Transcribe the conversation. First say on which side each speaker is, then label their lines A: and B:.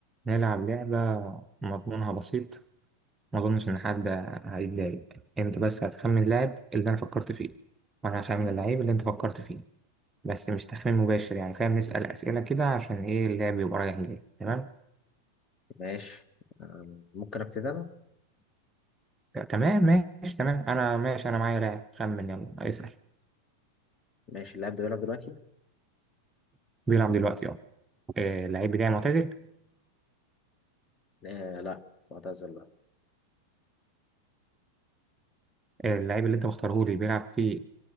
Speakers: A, on the right; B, on the left.
A: نلعب لعبة مضمونها بسيط ما أظنش إن حد هيتضايق أنت بس هتخمن اللاعب اللي أنا فكرت فيه وأنا هخمن اللعيب اللي أنت فكرت فيه بس مش تخمين مباشر يعني فاهم نسأل أسئلة كده عشان إيه اللعب يبقى رايح جاي تمام
B: ماشي آم، ممكن ابتدي انا
A: آه، تمام ماشي تمام أنا ماشي أنا معايا لاعب خمن يلا اسأل
B: ماشي اللاعب ده بيلعب دلوقتي
A: بيلعب دلوقتي أه آه، اللعيب بتاعي معتزل
B: آه لا معتزل لا
A: آه، اللعيب اللي أنت مختاره لي بيلعب في